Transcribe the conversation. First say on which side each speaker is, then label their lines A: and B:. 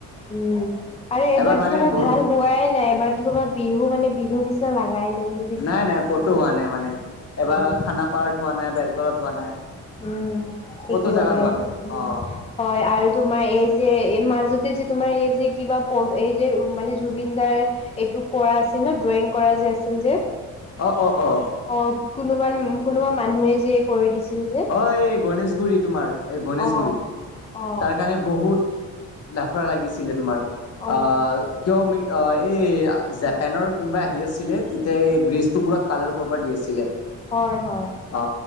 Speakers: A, on the left (about 20°); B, on the left (about 55°).
A: উম আৰু এইবাৰতো
B: এবাৰ মানে
A: তোমাৰ
B: বহুত
A: ভাল হোৱাই নাই এবাৰতো তোমাৰ বিহু মানে বিহু নিচিনা লাগাই নাই যি
B: নাই নাই ক'তো হোৱা নাই মানে এবাৰ
A: উম।
B: খানাপাৰাত হোৱা নাই বেলতলাত হোৱা নাই
A: উম ঠিকেই
B: ক'তো জেগাত
A: ক'লা
B: হোৱা
A: এইটো
B: নাই
A: উম
B: অ
A: হয় আৰু তোমাৰ এই যে এই মাজতে যে তোমাৰ এই যে কিবা এই যে মানে জুবিনদাৰ এইটো কৰা আছিল ন ড্ৰয়িং কৰা যে আছিল যে
B: অ অ অ
A: অ কোনোবান কোনোবা মানুহে যে কৰি দিছিল যে
B: অ এই গণেশগুৰি তোমাৰ এই গণেশগুৰি
A: অ অ
B: তাৰ কাৰণে বহুত লাফৰা লাগিছিলে তোমাৰ
A: অ
B: আহ কিয় মি অ এই জাপেনৰ কোনোবা আহি আছিলে তেতিয়া এই ব্ৰিজটো পুৰা কালাৰ কৰবাত দি আছিলে।
A: হয় হয়।
B: অ